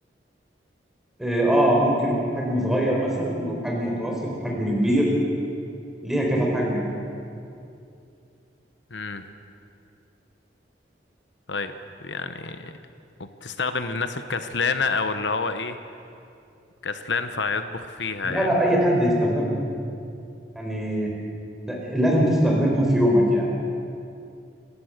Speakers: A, in the centre; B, on the left.
A: إيه، اه ممكن حجم صغير مثلا وحجم متوسط وحجم كبير ليها كذا حجم يعني.
B: امم طيب يعني وبتستخدم للناس الكسلانة او اللي هو ايه كسلان فهيطبخ فيها
A: لا
B: يعني
A: لا اي حد يستخدمها يعني لا- لازم تستخدمها في يومك يعني